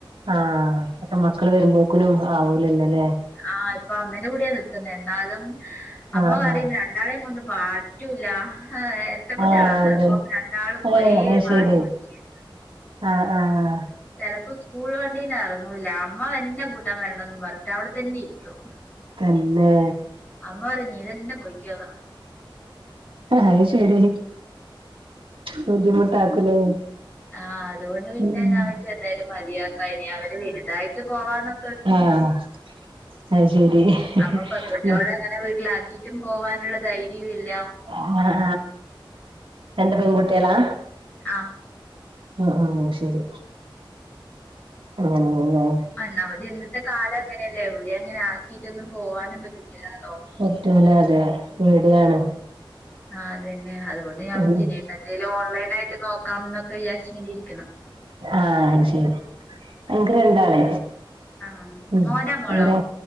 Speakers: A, on the right; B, on the left.
A: ആഹ് അപ്പ മക്കള് വരുമ്പോക്കിനും ആവൂലല്ലല്ലേ
B: ആഹ് ഇപ്പൊ അമ്മേന്റെ കൂടെയാണ് നിൽക്കുന്ന എന്നാലും അമ്മ
A: ആഹ്
B: പറയും
A: ആഹ്
B: ര ണ്ടാളെയും കൊണ്ട് പാറ്റൂല ഇരട്ട കുട്ടികളാണ്
A: ആഹ് അതെ
B: അപ്പം രണ്ടാളും
A: ഏഹ്
B: ഒരേ
A: അത്
B: വാശി
A: ശരി
B: പിടിക്കയാ
A: ആഹ് ആഹ്
B: ചെലപ്പോ സ്കൂൾ വണ്ടീന്ന് ഇറങ്ങൂല അമ്മ തന്നെ കൂട്ടാൻ വരണന്ന് പറഞ്ഞിട്ട് അവിടെ തന്നെ ഇരിക്കും
A: തന്നെ
B: അമ്മാ പറയും നീ തന്നെ പോയിക്കോന്ന്
A: അയ് ശരി ബുദ്ധിമുട്ടാക്കൂലേ.
B: ആഹ്, അതുകൊണ്ട് പിന്നെ
A: ഉം
B: ഞാൻ ഇവിടെ ചെന്നൈയില് മതിയാക്കാം, ഇനി അവര് വലുതായിട്ട് പോവാന്നൊ
A: ആഹ് ആയ് ശരി.
B: അപ്പൊ പെൺകുട്ടീളെ
A: ആഹ്
B: ങ്ങനെ വീട്ടിലാക്കിട്ടും പോവാനുള്ള ധൈര്യവുല്ലാ.
A: ആ ആ രണ്ട് പെൺകുട്ടീളാ?
B: ആഹ്
A: ആ ആ ശരി. അങ്ങനെണ്ല്ലെ.
B: ഒന്നാമത് ഇന്നത്തെ കാലം അങ്ങനെയല്ലേ, എവിടെങ്ങനെ ആക്കീട്ടൊന്നും പോവാനും പറ്റുന്നില്ലാലോ.
A: പറ്റൂല്ലലേ പേടിയാണ്.
B: ആഹ് അതന്നെ അതുകൊണ്ട് ഞാ
A: ഉം
B: ചെ <unintelligible> എന്തേലും ഓൺലൈനായിട്ട് നോക്കാന്നൊക്കെ വിചാരിച്ചിങ്ങനെ രിക്കുന്നു.
A: ആഹ് ശരി. ഇൻക്ക് രണ്ടാള്
B: ആഹ്
A: ഉം
B: മോനാ മോളോ?
A: ഇവരാ